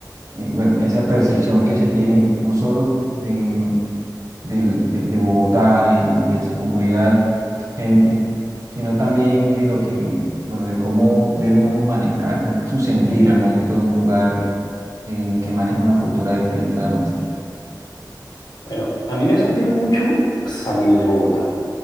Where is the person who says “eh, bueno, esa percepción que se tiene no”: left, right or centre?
Right